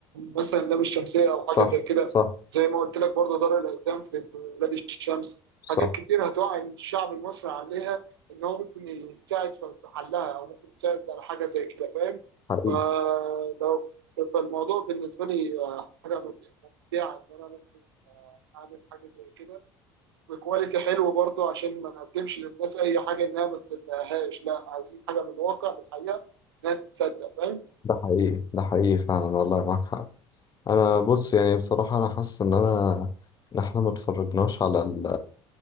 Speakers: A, on the right; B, on the left.
A: مثلا اللام الشمسيه او حاجه
B: صح
A: زي كده
B: صح
A: زي ما قلت لك برضه دار الايتام في في بلاد الشمس
B: صح
A: حاجات كتير هتوعي الشعب المصري عليها ان هو ممكن يساعد في في حلها او ممكن يساعد على حاجه زي كده فاهم
B: حقيقي
A: فلو فالموضوع بالنسبه لي حاجه ممتعه ان انا ممكن اعمل حاجه زي كده بكواليتي حلو برضو عشان ما نقدمش للناس اي حاجه انها ما تصدقهاش لا عايزين حاجه من الواقع من الحقيقه انها تتصدق فاهم
B: ده حقيقي ده حقيقي فعلا والله معاك حق أنا بص يعني بصراحة أنا حاسس إن أنا إن إحنا ما اتفرجناش على ال...